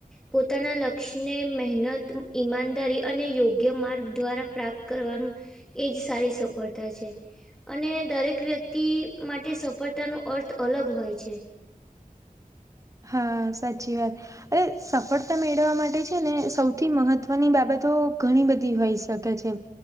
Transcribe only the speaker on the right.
હા સાચી વાત. અરે સફળતા મેળવવા માટે છે ને સૌથી મહત્વની બાબતો ઘણી બધી હોય છે. શકે છે.